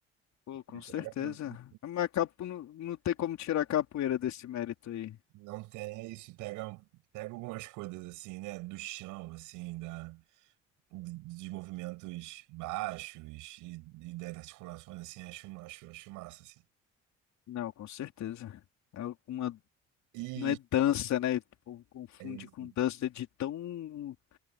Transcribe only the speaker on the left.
Pô, com
certeza.
Mas capo, não, não tem como tirar a capoeira desse mérito aí.
Não, com certeza. É uma,
não é dança, né? O povo confunde
com dança de tão